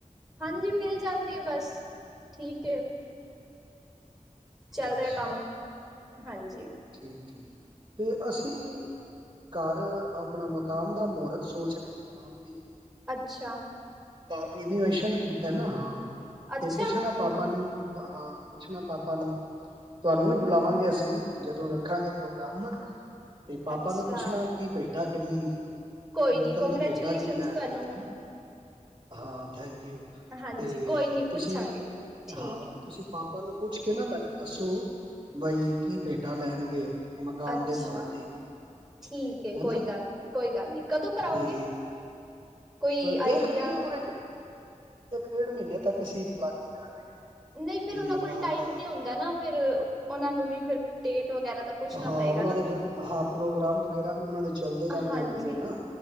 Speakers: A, in the centre; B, on the right.
A: ਹਾਂਜੀ ਮਿਲ ਜਾਂਦੀ ਹੈ ਬਸ, ਠੀਕ ਹੈ। ਚੱਲ
B: ਅੱਛਾ
A: ਰਿਹਾ ਕੰਮ, ਹਾਂਜੀ।
B: ਠੀਕ ਹੈ, ਤੇ ਅਸੀਂ ਘਰ ਆਪਣਾ ਮਕਾਨ ਦਾ ਮਹੂਰਤ ਸੋਚ ਰਿਹਾ ਕਰਾਣ ਦੀ।
A: ਅੱਛਾ
B: ਨੋਵੇਸ਼ਨ ਕੀਤਾ ਨਾ ਹਾਂ,
A: ਅੱਛਾ
B: ਤੇ ਪੁੱਛਣਾ ਪਾਪਾ ਪਾਪਾ ਨੂੰ, ਹਾਂ ਪੁੱਛਣਾ ਪਾਪਾ ਨੂੰ ਤੁਹਾਨੂੰ ਵੀ ਬੁਲਾਵਾਂਗੇ ਅਸੀਂ। ਜਦੋਂ ਰੱਖਾਂਗੇ ਪ੍ਰੋਗਰਾਮ ਨਾ ਤੇ ਪਾਪਾ
A: ਅੱਛਾ
B: ਨੂੰ ਪੁੱਛਣਾ ਕੀ ਭੇਟਾ ਕਿੰਨੀ।
A: ਕੋਈ
B: ਕੀਰਤਨ
A: ਨੀ ਕੰਗ੍ਰੈਚੂਲੇਸ਼ਨਸ
B: ਦੀ ਭੇਟਾ ਕੀ ਲੈਣਗੇ
A: ਤੁਹਾਨੂੰ।
B: ਹਨਾ ਹਾਂ ਥੈਂਕ ਯੂ।
A: ਹਾਂਜੀ
B: ਤੇ
A: ਕੋਈ ਨੀ
B: ਤੁਸੀਂ
A: ਪੁੱਛਾਂਗੇ, ਠੀਕ
B: ਹਾਂ
A: ਹੈ।
B: ਤੁਸੀਂ ਪਾਪਾ ਨੂੰ ਪੁੱਛ ਕੇ ਨਾ ਮੈਨੂੰ ਦੱਸੋ, ਬਾਈ ਕੀ ਭੇਟਾ ਲੈਣਗੇ। ਮਕਾਨ
A: ਅੱਛਾ
B: ਦੇ ਮਹੂਰਤ ਦੀ।
A: ਠੀਕ ਏ
B: ਹੈਨਾ
A: ਕੋਈ ਗੱਲ ਨੀ ਕੋਈ ਗੱਲ ਨੀ ਕਦੋਂ ਕਰਾਓਗੇ?
B: ਤੇ
A: ਕੋਈ
B: ਦੇਖ
A: ਆਈਡੀਆ
B: ਰਹੇ ਆ ਹੋਰ ਇੱਕ ਇੱਕ ਡੇਢ ਮਹੀਨੇ ਤੱਕ ਅਸੀਂ ਪਲਾਨਿੰਗ ਕਰ ਰਹੇ। ਹਾਂ
A: ਨਹੀਂ ਫੇਰ
B: ਕਿ
A: ਉਹਨਾਂ
B: ਮਕਾਨ
A: ਕੋਲ ਟਾਈਮ
B: ਦਾ
A: ਨੀ ਹੁੰਦਾ ਨਾ ਫੇਰ ਉਹਨਾ ਨੂੰ ਵੀ ਫਿਰ ਡੇਟ ਵਗੈਰਾ ਦਾ ਪੁੱਛਣਾ
B: ਹਾਂ
A: ਪਏਗਾ
B: ਉਹਨਾਂ
A: ਨਾ
B: ਦੇ ਫਿਰ ਹਾਂ ਪ੍ਰੋਗਰਾਮ ਵਗੈਰਾ ਵੀ ਉਹਨਾਂ ਦੇ ਚਲਦੇ ਰਹਿੰਦੇ
A: ਹਾਂਜੀ
B: ਹੋਣੇ ਨੇ ਨਾ।